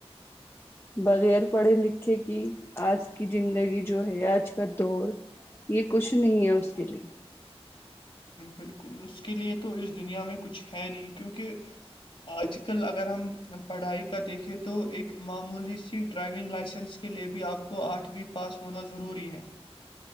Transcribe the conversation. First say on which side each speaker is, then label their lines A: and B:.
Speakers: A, on the left; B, on the left.
A: بغیر پڑھے لکھے کی آج کی زندگی جو ہے آج کا دور یہ کچھ نہیں ہے اس کے لیے
B: بالکل اس کے لیے تو اس دنیا میں کچھ ہے نہیں کیونکہ آج کل اگر ہم پڑھائی کا دیکھیں تو ایک معمولی سی ڈرائیونگ لائسنس کی لیئے بھی آپ کو آٹھویں پاس ہونا ضروری ہے